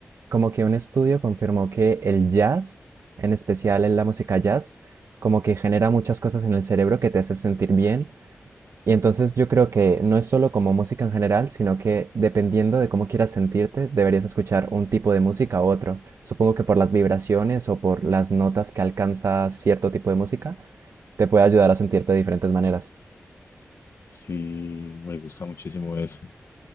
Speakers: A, on the right; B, on the left.
A: como que un estudio confirmó que el jazz, en especial en la música jazz, como que genera muchas cosas en el cerebro que te hace sentir bien Y entonces yo creo que no es solo como música en general, sino que dependiendo de cómo quieras sentirte, deberías escuchar un tipo de música u otro. Supongo que por las vibraciones o por las notas que alcanza cierto tipo de música, te puede ayudar a sentirte de diferentes maneras.
B: Sí, me gusta muchísimo eso.